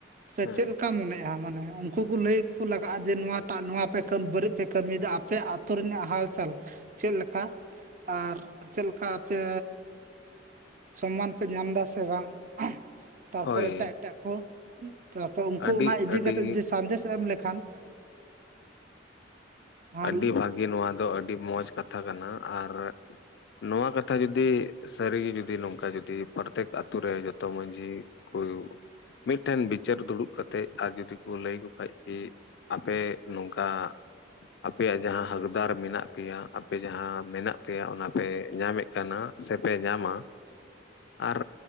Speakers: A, on the right (about 45°); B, on the left (about 65°).
A: ᱛᱚᱵᱮ
B: ᱦᱮᱸ
A: ᱪᱮᱫ ᱞᱮᱠᱟ ᱠᱟ ᱢᱚᱱᱮᱜᱼᱟ ᱢᱟᱱᱮ ᱩᱱᱠᱩ ᱠᱚ ᱞᱟᱹᱭ ᱠᱚ, ᱞᱟᱜᱟᱜᱼᱟ ᱡᱮ ᱱᱚᱣᱟ ᱴᱟᱜ ᱱᱚᱣᱟ, ᱯᱮ ᱵᱟᱹᱲᱤᱡ ᱯᱮ ᱠᱟᱹᱢᱤᱭᱮᱫᱟ ᱟᱯᱮ᱾ ᱟᱛᱳ ᱨᱮᱱᱟᱜ ᱦᱟᱞᱪᱟᱞ ᱪᱮᱫ ᱞᱮᱠᱟ ᱟᱨ ᱪᱮᱫ ᱞᱮᱠᱟ ᱟᱯᱮ, ᱥᱚᱢᱢᱟᱱ ᱯᱮ ᱧᱟᱢ ᱫᱟ ᱥᱮ ᱵᱟᱝ? ᱛᱟᱨᱯᱚᱨᱮ
B: ᱦᱳᱭ
A: ᱮᱴᱟᱜ ᱮᱴᱟᱜ ᱠᱚ, ᱛᱟᱨᱯᱚᱨᱮ ᱩᱱᱠᱚ
B: ᱟᱹᱰᱤ
A: ᱚᱱᱟ ᱤᱫᱤ
B: ᱟᱹᱰᱤ
A: ᱠᱟᱛᱮ ᱡᱩᱫᱤ ᱥᱟᱸᱫᱮᱥ ᱮᱢ ᱞᱮᱠᱷᱟᱱ ᱦᱮᱸ
B: ᱟᱹᱰᱤ ᱵᱷᱟᱹᱜᱮ ᱱᱚᱣᱟ ᱫᱚ, ᱟᱹᱰᱤ ᱢᱚᱸᱡᱽ ᱠᱟᱛᱷᱟ ᱠᱟᱱᱟ ᱟᱨ ᱱᱚᱣᱟ ᱠᱟᱛᱷᱟ ᱡᱩᱫᱤ ᱥᱟᱹᱨᱤ ᱜᱮ ᱡᱩᱫᱤ ᱱᱚᱝᱠᱟ ᱜᱮ ᱡᱩᱫᱤ ᱯᱨᱚᱛᱮᱠ ᱟᱛᱳ ᱨᱮ ᱡᱚᱛᱚ ᱢᱟᱺᱡᱷᱤ <unintelligible> ᱢᱤᱫᱴᱷᱮᱱ ᱵᱤᱪᱟᱹᱨ ᱫᱩᱲᱩᱵ ᱠᱟᱛᱮᱫ ᱟᱨ ᱡᱩᱫᱤ ᱠᱩ ᱞᱟᱹᱭ ᱠᱚ ᱠᱷᱟᱡ ᱠᱤ ᱟᱯᱮ ᱱᱚᱝᱠᱟ ᱟᱯᱮᱭᱟᱜ ᱡᱟᱦᱟᱸ ᱦᱟᱠᱫᱟᱨ ᱢᱮᱱᱟᱜ ᱯᱮᱭᱟ ᱾ ᱟᱯᱮ ᱡᱟᱦᱟᱸ ᱢᱮᱱᱟᱜ ᱯᱮᱭᱟ ᱚᱱᱟ ᱯᱮ ᱧᱟᱢᱮᱫ ᱠᱟᱱᱟ ᱥᱮ ᱯᱮ ᱧᱟᱢᱟ ᱟᱨ